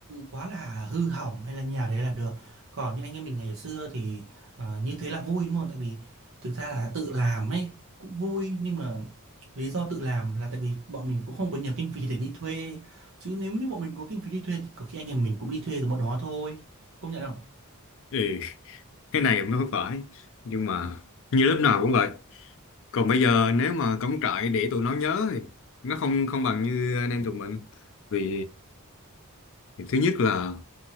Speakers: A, on the right (about 60°); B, on the left (about 60°).
A: quá là hư hỏng hay là nhà đấy là được còn như anh em mình ngày xưa thì ờ, như thế là vui đúng không tại vì thực ra là tự làm ấy cũng vui nhưng mà lý do tự làm là tại vì bọn mình cũng không có nhiều kinh phí để đi thuê chứ nếu như bọn mình có kinh phí đi thuê thì có khi anh em mình cũng đi thuê từ bọn đó thôi công nhận không
B: ừ cái này cũng không phải nhưng mà như lớp nào cũng vậy Còn bây giờ nếu mà cắm trại để tụi nó nhớ thì nó không không bằng như anh em tụi mình. Vì thứ nhất là